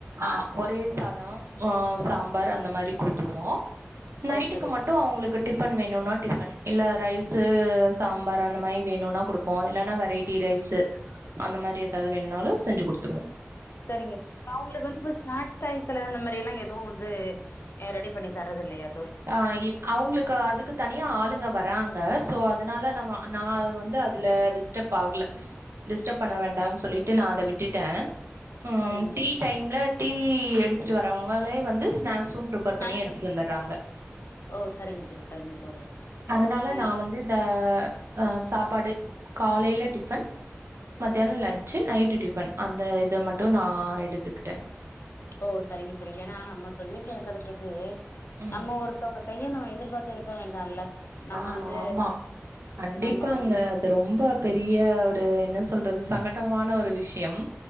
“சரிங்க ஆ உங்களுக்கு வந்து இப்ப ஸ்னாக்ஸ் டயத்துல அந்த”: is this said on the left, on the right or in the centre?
Left